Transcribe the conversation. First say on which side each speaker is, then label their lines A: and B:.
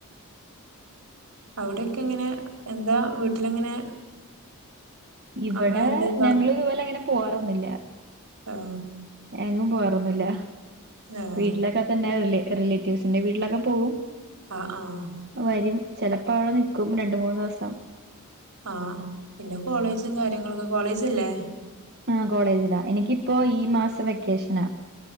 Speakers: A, on the right; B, on the right.
A: അവിടൊക്കെ എങ്ങനെ എന്താ വീട്ടിലെങ്ങനെ?
B: ഇവിടെ
A: അമ്മ എന്തേലും
B: ഞങ്ങള് ഇതുപോലെ ഇങ്ങനെ പോവാറൊന്നുല്ല
A: ഓഹ്
B: എങ്ങും പോവാറൊന്നില്ല
A: ആഹ്
B: വീട്ടിലൊക്കെ തന്നെ റി റിലേറ്റീവ്സിന്റെ വീട്ടിലൊക്കെ പോകും
A: ആഹ് ആഹ്
B: വരും ചെലപ്പോവിടെ നിക്കും രണ്ടു മൂന്ന്സം
A: ആഹ് പിന്നെ കോളേജും കാര്യങ്ങളൊകെ കോളേജില്ലേ?
B: ആ കോളേജില്ലാ എനിക്കിപ്പോ ഈ മാസ വെക്കേഷനാ